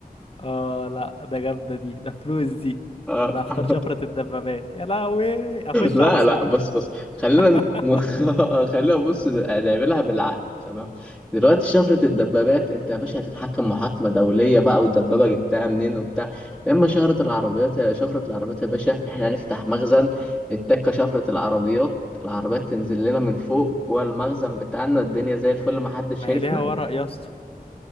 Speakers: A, on the left; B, in the centre.
A: اه لا ده جامدة دي ده فلوس دي
B: اه
A: انا هختار
B: <laughs>
A: شفرة الدبابات يا لهوي اخش
B: لا
A: على اسرائيل
B: لا بص بص
A: <laughs>
B: خلينا نت- <laughs> خلينا بص نعملها بالعقل تمام دلوقتي شفرة الدبابات انت يا باشا هتتحكم محاكمة دولية بقى والدبابة جبتها منين وبتاع لما شهرة العربيات يا شفرة العربيات يا باشا احنا هنفتح مخزن التكة شفرة العربيات العربيات تنزل لنا من فوق جوه المخزن بتاعنا الدنيا زي الفل ما حدش
A: ما
B: شايفنا
A: هي ليها ورق يا اسطى